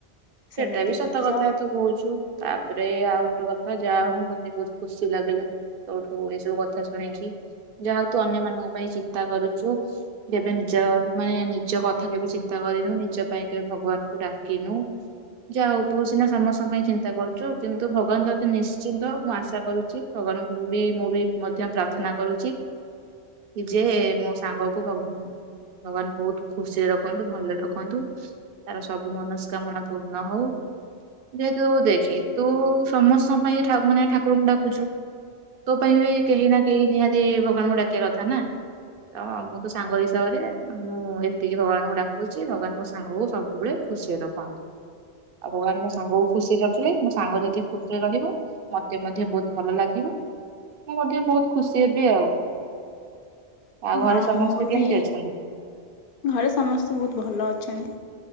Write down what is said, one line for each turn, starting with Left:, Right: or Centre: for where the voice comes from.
Right: ସେଟା
Left: ସେମିତି
Right: ବି ସତ
Left: ଜବ୍
Right: କଥା ତୁ କହୁଛୁ ତା ତାପରେ ଆଉ ଗୋଟେ କଥା ଯାହା ହଉ ମତେ ବହୁତ୍ ଖୁସି ଲାଗିଲା ତୋଠୁ ଏଇ ସବୁ କଥା ଶୁଣିକି। ଯାହା ହଉ ତୁ ଅନ୍ୟ ମାନଙ୍କ ପାଇଁ ଚିନ୍ତା କରୁଛୁ। କେବେ ନିଜ ମାନେ ନିଜ କଥା କେବେ ଚିନ୍ତା କରିନୁ ନିଜ ପାଇଁ କେବେ ଭଗବାନ୍ ଙ୍କୁ ଡାକିନୁ। ଯା ହଉ ତୁ ସିନା ସମସ୍ତଙ୍କ ପାଇଁ ଚିନ୍ତା କରୁଛୁ କିନ୍ତୁ ଭଗବାନ ତତେ ନିଶ୍ଚିନ୍ତ ମୁଁ ଆଶା କରୁଛି। ଭଗବାନଙ୍କୁ ବି ମୁଁ ବି ମଧ୍ୟ ପ୍ରାର୍ଥନା କରୁଛି। ଯେ ମୋ ସାଙ୍ଗକୁ ଭଗ ଭଗବାନ ବହୁତ ଖୁସିରେ ରଖୁ। ରଖନ୍ତୁ ଭଲରେ ରଖନ୍ତୁ ତାର ସବୁ ମନସ୍କାମନା ପୂର୍ଣ୍ଣ ହଉ। ଯେହେତୁ ଦେଖେ ତୁ ସମସ୍ତଙ୍କ ପାଇଁ ଠାକୁ ମାନେ ଠାକୁରଙ୍କୁ ଡାକୁଛୁ। ତୋ ପାଇଁ ବି କେହି ନା କେହି ନିହାତି ଭଗବାନଙ୍କୁ ଡାକିବା କଥା ନା। ତ ମୁଁ ତୋ ସାଙ୍ଗ ହିସାବରେ ମୁଁ ଏତିକି ଭଗବାନଙ୍କୁ ଡାକୁଉଛି ଭଗବାନ ମୋ ସାଙ୍ଗକୁ ସବୁବେଳେ ଖୁସିରେ ରଖନ୍ତୁ ଆଉ ଭଗବାନ ମୋ ସାଙ୍ଗକୁ ଖୁସିରେ ର ଖିଲେ ମୋ ସାଙ୍ଗ ଯଦି ଖୁସିରେ ରହିବ ମତେ ମଧ୍ୟ ବହୁତ ଭଲ ଲାଗିବ। ମୁଁ ମଧ୍ୟ ବହୁତ ଖୁସି ହେବି ଆଉ। ଆଉ ଘରେ
Left: ହଁ
Right: ସମସ୍ତେ
Left: ମୁଁ
Right: କେମିତି
Left: ବି।
Right: ଅଛନ୍ତି?
Left: ଘରେ ସମସ୍ତେ ବହୁତ ଭଲ ଅଛନ୍ତି।